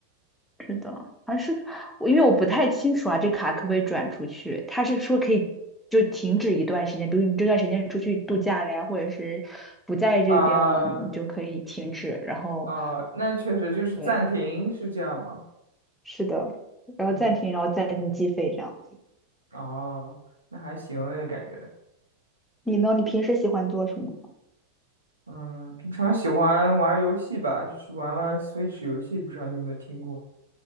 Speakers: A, in the centre; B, on the right.
A: 是的，好像是我因为我不太清楚啊，这卡可不可以转出去？他是说可以就停止一段时间，比如你这段时间出去度假了呀，或者是不在这边了，
B: 啊
A: 你就可以停止，然后
B: 啊，那确实就是暂停是这样吗？
A: 对。是的，然后暂停，
B: 嗯，
A: 然后暂停计费这样子。
B: 哦，那还行诶，感觉。
A: 你呢？你平时喜欢做什么呢？
B: 嗯，平常喜欢玩游戏吧，就是玩玩 Switch 游戏，不知道你有没有听过？